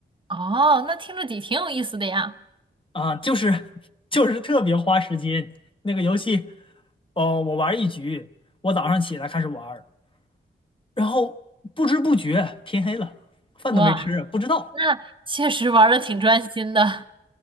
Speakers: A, on the right; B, on the left.
A: 哦，那听着底挺有意思的呀。
B: 啊、就是 <laughs> 就是特别花时间那个游戏，哦，我玩一局，我早上起来开始玩儿然后不知不觉天黑了，饭都没吃，
A: 哇，
B: 不知道。
A: 那确实玩的挺专心的。